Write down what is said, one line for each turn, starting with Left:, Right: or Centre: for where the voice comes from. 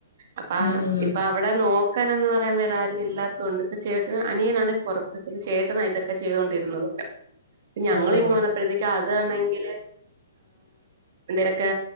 Right: അപ്പ
Left: ഉം
Right: ഇപ്പ അവിടെ നോക്കാനന്ന് പറയാൻ വേറെ ആരും ഇല്ലാത്തൊണ്ട് ഇപ്പം ചേട്ട- അനിയനാണ് പുറത്ത് ഇതി ചേട്ടന ഇതൊക്കെ ചെയ്തൊണ്ടിരുന്നതൊക്കെ ഞങ്ങള്
Left: ഓ ഓ
Right: ഇങ്ങു വന്നപ്പോഴത്തേക്ക് അതാണെങ്ക എന്തേലൊക്കെ